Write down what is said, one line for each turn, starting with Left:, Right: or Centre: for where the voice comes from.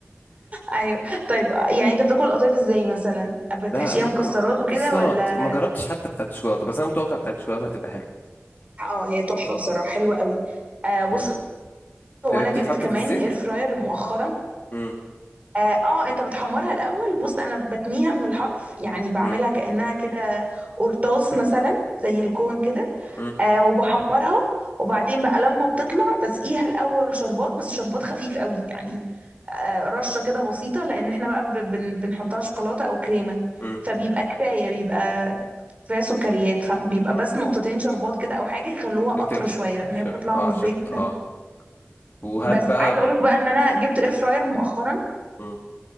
Right: ايوه طيب يعني انت بتاكل القطايف ازاي مثلا بتحشيها
Left: لا ما
Right: مكسرات
Left: هو مكسرات
Right: وكده ولا
Left: ما جربتش حتى بتاعت الشوكولاته بس انا متوقع بتاعت الشوكولاته هتبقى حلوه
Right: اه هي تحفه بصراحه حلوه قوي آه بص
Left: مم.
Right: وانا
Left: هي بتتحط
Right: جبت كمان
Left: في الزيت
Right: اير فراير مؤخرا
Left: امم
Right: اه آه، انت بتحمرها الاول بص انا بتنيها من الحرف يعني بعملها
Left: امم
Right: كانها كده قرطاس مثلا زي الكون كده
Left: امم
Right: آه وبحمرها وبعدين بقى لما بتطلع بسقيها الاول شربات بس شربات خفيف قوي يعني آه رشه كده بسيطه لان احنا بقى ب- بن بنحطها شوكولاته او كريمه
Left: امم
Right: فبيبقى كفايه بيبقى كفايه سكريات فبيبقى
Left: امم.
Right: بس نقطتين شربات كده او حاجه يخلوها قطره
Left: عشان تمسك
Right: شويه لان هي بتطلع
Left: عشان اه
Right: من الزيت
Left: عشان اه وهل
Right: بس
Left: بقى
Right: عايزه اقول لك بقى ان انا جبت اير فراير مؤخرا
Left: امم